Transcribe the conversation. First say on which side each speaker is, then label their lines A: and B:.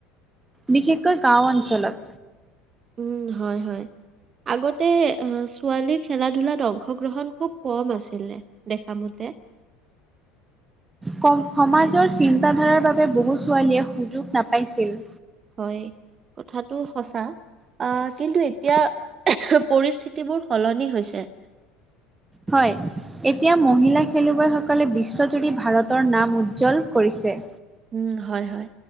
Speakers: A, on the right; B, on the right.
A: বিশেষকৈ গাঁও অঞ্চলত।
B: উম, হয়, হয়। আগতে ছোৱালীৰ খেলা ধূলাত অংশগ্ৰহণ খুব কম আছিলে। দেখামতে
A: কম সমাজৰ চিন্তাধাৰাৰ বাবে বহু ছোৱালীয়ে সুযোগ নাপাইছিল।
B: হয়, কথাাতটো সঁচা। আহ কিন্তু এতিয়া পৰিস্থিতিবোৰ সলনি হৈছে।
A: হয়, এতিয়া মহিলা খেলুৱৈসকলে বিশ্বজুৰি ভাৰতৰ নাম উজ্জ্বল কৰিছে।
B: উম, হয়, হয়,